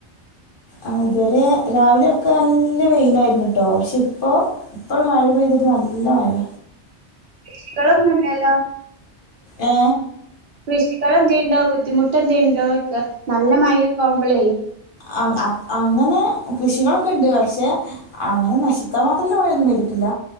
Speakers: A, on the left; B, on the right.
A: ആ ഇതുവരെ രാവിലെ നല്ല വേയിൽ കേട്ടോ പക്ഷെ ഇപ്പോ ഇപ്പോഴും മഴ പെയ്തിപ്പോ നല്ല മഴയ
B: കൃഷി ളൊന്നുംല്ലല്ലോ
A: ഏ
B: കൃഷികൾെന്തതുണ്ടോ ബുദ്ധിമുട്ട് എന്തെയുണ്ടോ ഒ നല്ല മഴൊക്കെ ആവുമ്പോളായി
A: അ അങ്ങനെ കൃഷികളൊക്കെ ഉണ്ട് പക്ഷെ അങ്ങനെ നശിക്കാൻ മാത്രല്ല മഴിയൊന്നും പെയ്തിട്ടില്ല